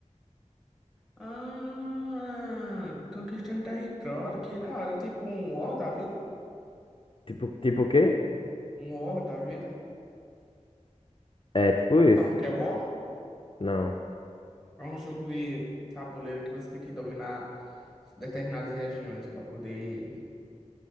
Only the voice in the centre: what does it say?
Ah, conquistando território, que da hora. Tipo um War da vida?
Um War da vida?
Sabe o que é War?
É um jogo de tabuleiro que você tem que dominar determinadas regiões pra poder